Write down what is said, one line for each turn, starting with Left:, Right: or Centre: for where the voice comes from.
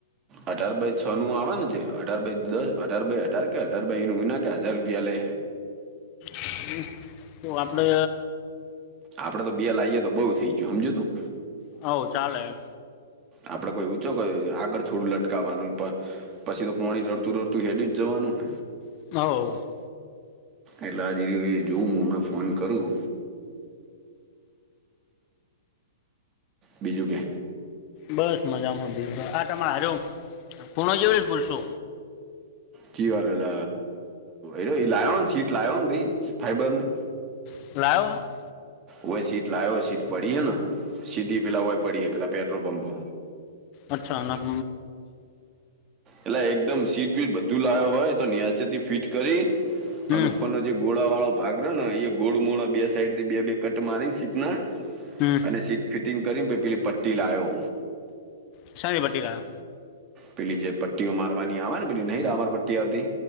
Right: અઢાર બાય છ નું આવવાનું છે અઢાર બાય દસ અઢાર બાય અઢાર કે અઢાર બાય એ ન વિના કે હજાર રૂપિયા લે.
Left: હ તો આપડે
Right: આપડે તો બે લાવએ તો બઉુ થઈ ગયું સમજુ તું
Left: હ ચાલે.
Right: આપડે કોઈ ઊંચો <unintelligible> આગળ થોડું લટકાવવાનું પણ પછી તો પાણી રડતું રડતું હેડું જ જવાનું હ.
Left: <inaudible>
Right: એટલે આ જે એ જોઉું હું હમણાં ફોન કરું બીજું કે.
Left: બસ મજામાં બી આ તમે હાર્યો ખૂણો જેવી જ પૂરશો.
Right: કી વારો લ લ એ લાયો સીટ લયો ને ભાઈ ફાઈબરની.
Left: <unintelligible>
Right: વય સીટ લાયો સીટ પડીએ ન. સીટી પેલા હોય પડી પેલા પેટ્રોલ પંપો
Left: અચ્છા નક
Right: એટલે એકદમ સીટ બીટ બધું લાવો હોય તો <unintelligible> ફિટ કરી
Left: હમ
Right: અને ઉપરનો જે ગોળા વાળો ભાગ રહ્યો ને એ ગોળ મોળ બે સાઈડ થી બે બે કટ મારી શીતના.
Left: હમ્મ.
Right: અને સીટ ફિટિંગ કરીને પેલી પટ્ટી લાવો
Left: સારી. <unintelligible>
Right: પેલી જે પટ્ટીઓ મારવાની આવે ને પેલી નહ રામર પટ્ટી આવતી.